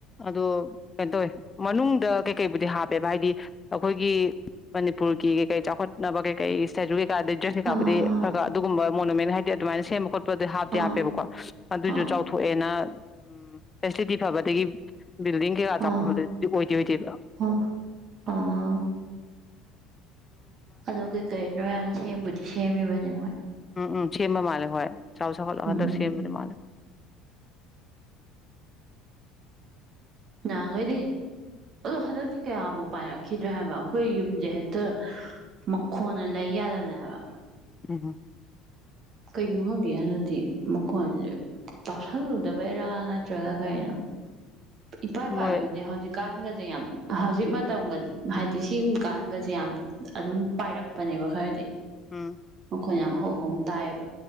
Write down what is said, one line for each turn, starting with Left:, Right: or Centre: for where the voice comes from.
Left: ꯑꯗ ꯀꯩꯅꯣ ꯇꯧꯋꯤ ꯃꯅꯨꯡꯗ ꯀꯩꯀꯩꯕꯨꯗꯤ ꯍꯥꯞꯄꯦꯕ ꯍꯥꯏꯗꯤ ꯑꯩꯈꯣꯏꯒꯤ ꯃꯅꯤꯄꯨꯔꯒꯤ ꯀꯩꯀꯩ ꯆꯥꯎꯈꯠꯅꯕ ꯀꯩꯀꯩ ꯁꯦ ꯗꯁ ꯀꯥꯄꯗ
Right: ꯑꯥ
Left: ꯑꯗꯨ ꯃꯣꯅꯨꯦꯟ ꯍꯥꯏꯗꯤ ꯑꯗꯨꯃꯥꯏꯅ ꯁꯦꯝꯕ ꯈꯣꯄ ꯍꯥꯞꯦ
Right: ꯑꯥ
Left: ꯍꯥꯞꯄꯦꯕꯀꯣ ꯑꯗꯨꯏꯁꯨ
Right: ꯑꯥ
Left: ꯆꯥꯎꯊꯣꯛꯑꯦꯅ ꯎꯝ ꯐꯁꯇꯤ ꯐꯕꯗꯗꯒꯤ ꯕꯤꯜꯗꯤꯡ ꯀ ꯆꯄꯗꯤꯣꯏ
Right: ꯑꯥ
Left: ꯀ ꯆꯂ
Right: ꯑꯥ ꯑꯥ ꯑꯗꯣ ꯀꯩ ꯀꯔꯤꯅꯣ ꯌꯥꯝꯌꯥꯝ ꯁꯦꯝꯕꯨꯗꯤ ꯁꯦꯝꯃꯤꯕꯅꯦ ꯃꯣꯏ
Left: ꯎꯝ ꯎꯝ ꯆꯕ ꯃꯥꯂ ꯍꯣꯏ ꯆꯥꯎꯥꯎ ꯆ ꯐꯜꯂ
Right: ꯎꯝ
Left: ꯍꯟꯗ ꯁꯦꯝꯅꯦ ꯃꯥꯂ
Right: ꯅꯈꯩꯗꯤ ꯑꯗꯣ ꯍꯟꯗꯛꯇꯤ ꯀꯌꯥꯕꯨ ꯄꯥꯏꯔꯛꯈꯤꯗ꯭ꯔꯦ ꯍꯥꯏꯕ ꯑꯩꯈꯣꯏ ꯌꯨꯝꯁꯦ ꯍꯦꯛꯇ ꯃꯈꯣꯟꯅ ꯂꯩ ꯌꯥꯗꯕꯅꯦ ꯍꯥꯏꯕ
Left: ꯎꯝꯝ
Right: ꯀꯩꯒꯤꯅꯣ ꯈꯪꯗꯦ ꯍꯟꯗꯛꯇꯤ ꯃꯈꯣꯟꯁꯦ ꯄꯥꯞꯁꯜꯂꯨꯗꯕꯩꯔꯥ ꯅꯠꯇ꯭ꯔꯒ ꯀꯩꯅꯣ ꯏꯄꯥ ꯏ ꯄꯥꯏꯕꯗꯤꯦ
Left: ꯃꯣꯏ
Right: ꯍꯧꯖꯤ ꯀꯥꯁ ꯒꯁꯦ ꯌꯥꯝ ꯍꯧꯖꯤꯛ ꯃꯇꯝꯒ ꯍꯥꯏꯗꯤ ꯁꯤꯀꯥꯟꯒꯁꯦ ꯌꯥꯝ ꯑꯗꯨꯝ ꯄꯥꯏꯔꯛꯄꯅꯦꯕ ꯈꯔꯗꯤ
Left: ꯎꯝ
Right: ꯑꯩꯈꯣꯏꯅ ꯌꯥꯝ ꯍꯧꯣꯡ ꯇꯥꯏꯑꯕ